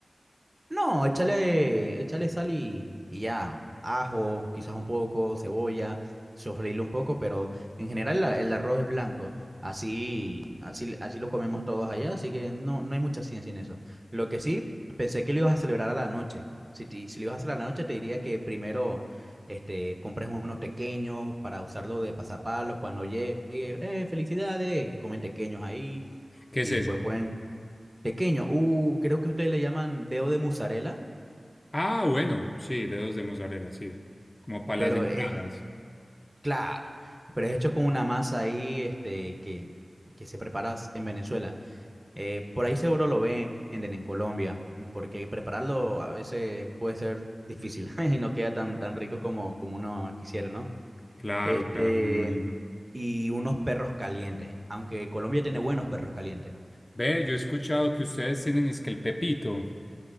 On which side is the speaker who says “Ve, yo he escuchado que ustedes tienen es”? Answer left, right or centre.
Left